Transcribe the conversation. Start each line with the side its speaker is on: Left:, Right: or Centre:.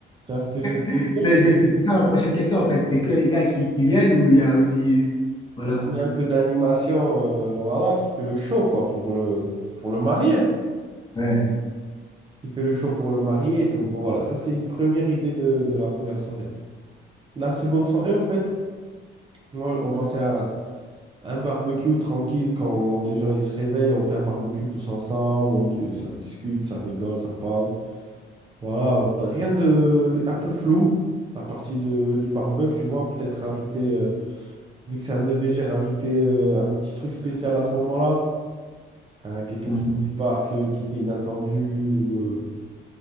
Right: Tu vois ce que je veux
Left: <laughs>
Right: dire
Left: C'est mais c'est- c'est ça ma prochaine question, en fait. C'est que les gars qui, qui viennent ou il y a aussi. Voilà.
Right: ramener un peu d'animation, euh, voilà, qui fait le show, quoi, pour le, pour le marié.
Left: Ouais.
Right: Qui fait le show pour le marié et tout. Bon, voilà, ça, c'est une première idée de, de la première soirée. La seconde soirée, en fait, moi, on pensait à un barbecue tranquille quand les gens ils se réveillent, on fait un barbecue tous ensemble, on, di- ça discute, ça rigole, ça parle. Voilà, rien de un peu flou. La partie de, du barbecue, tu vois, peut-être rajouter, euh, vu que c'est un EVG, rajouter euh, un petit truc spécial à ce moment-là. Euh, quelqu'un
Left: Mhm.
Right: qui débarque, euh, qui était inattendu, ou, euh,